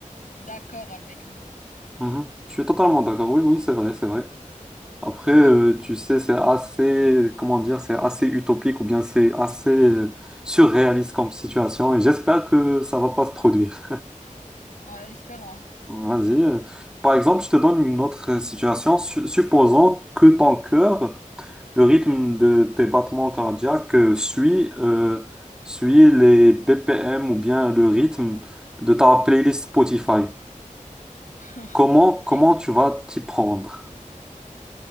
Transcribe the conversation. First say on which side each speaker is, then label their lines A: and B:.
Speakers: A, on the left; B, in the centre.
A: d'accord avec nous.
B: mhm. Je suis totalement d'accord. Oui, oui, c'est vrai, c'est vrai. Après,
A: Ouais,
B: euh, tu sais, c'est assez, comment dire, c'est assez utopique ou bien c'est assez euh, surréaliste comme situation et j'espère que ça va pas se produire.
A: en espérant.
B: <laughs> Vas-y. euh. Par exemple, je te donne une autre euh, situation. Su- supposons que ton cœur, le rythme de tes battements cardiaques euh, suit, euh, suit les BPM ou bien le rythme de ta playlist Spotify.
A: <laughs>
B: Comment,
A: Ok,
B: comment tu vas t'y prendre?